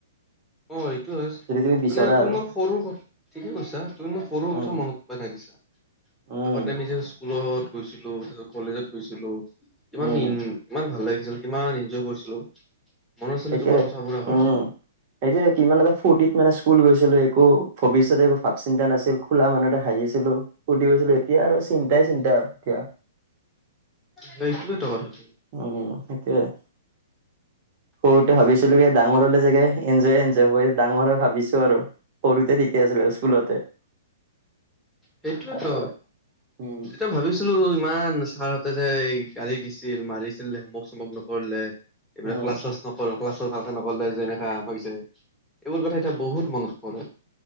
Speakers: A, in the centre; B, on the right.
A: অ এইটো অ
B: যদি তুমি বিচৰা
A: মানে তুমি
B: আৰু
A: মোক সৰু কথা ঠিকে কৈছা তুমি মোৰ সৰু
B: উম
A: কথা মনত পেলাই দিছা
B: উম
A: আগতে আমিজেচ স্কুলত গৈছিলো তাছত কলেজত গৈছিলো
B: উম
A: ইমান ইমান ভাল লাগি কিমান এনজয় কৰিছিলো মনত আছেনে
B: সেইতিয়
A: তোমাৰ কথাবোৰ আগৰ
B: উম সেইতি <unintelligible> কিমানতেটা ফূ্ৰ্তিত মানে স্কুল গৈছিলো একো ভৱিষ্যতে একো ভাৱ চিন্তা নাছিল খোলা মানুহতে হাঁহিছিলো ফ্তি ছিলো এতিয়া আৰু চিন্তাই চিন্তাই আৰু এতিয়া
A: সেইটোৱেইটো কথা
B: উম সেইতোৱে। সৰুতে ভাবিছিলোয়ে ডাঙৰসলে চাগে এনজয় এনজয় হৈ ডাঙৰ ভাবিছো আৰু সৰুতে ঠিকে আছিল আৰু স্কুলতে।
A: সেইটোয়েতো
B: উম
A: এতিয়া ভাবিছিলো ইমান ছাৰহঁতে যে এই গাড়ী দিছিল মাৰিছিল হুমক চমক নকৰিলে এইবিলাক
B: উম
A: ক্লাছ চাল্লাচ নকৰো ক্লাছ ভাল এ নকলে যেনেকা ভাবিছে এইবোৰ কথা এতিয়া বহুত মনত পৰে